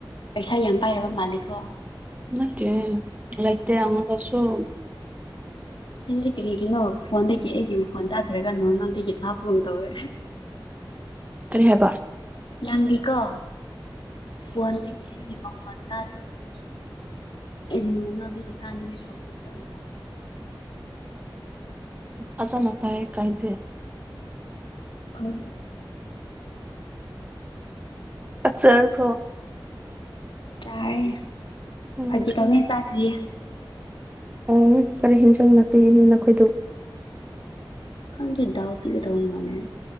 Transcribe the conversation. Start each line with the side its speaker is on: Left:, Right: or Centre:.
Left: ꯄꯩꯁꯥ ꯌꯥꯝ ꯄꯥꯏꯔꯕ ꯃꯥꯂꯀꯣ
Right: ꯅꯀꯦ ꯂꯥꯏꯇ ꯑꯃꯣꯟꯁꯨꯣ
Left: ꯅꯪꯗꯤ ꯀꯔꯤꯒꯤꯅꯣ ꯐꯣꯟꯗꯒꯤ ꯑꯩꯒꯤ ꯐꯣꯟ ꯇꯥꯊꯔꯒ ꯅꯣꯔꯃꯦꯜꯗꯒꯤ ꯊꯥꯞꯕꯒꯨꯝ ꯇꯧꯋꯦ
Right: ꯇꯔꯦ ꯍꯥꯏꯕꯔ
Left: ꯅꯪꯒꯤꯀꯣ ꯐꯣꯟꯗꯒꯤ ꯑꯩꯒꯤ ꯃꯈꯣꯟ ꯇꯥꯗ꯭ꯔꯒ ꯏꯣꯅ ꯑꯣ ꯑꯗꯨꯒꯤ ꯇꯅꯤꯡꯉ ꯇꯣ ꯇꯣꯃ
Right: ꯐꯖꯅꯇꯥ ꯀꯥꯏꯗꯦ
Left: ꯐꯝ
Right: ꯑꯛꯆꯔ ꯐ꯭ꯔꯣ
Left: ꯇꯔꯦ
Right: ꯎꯝ
Left: ꯐꯦ ꯇꯃꯦ ꯁꯥꯇꯔꯤꯦ
Right: ꯑꯣ ꯀꯔꯤ ꯍꯦꯟꯖꯥꯡꯅꯄꯤꯤꯅꯤ ꯅꯈꯣꯏꯗꯨ
Left: ꯍꯪꯗꯤꯗꯎ ꯄꯤꯒꯗꯎ ꯃꯥꯅꯦ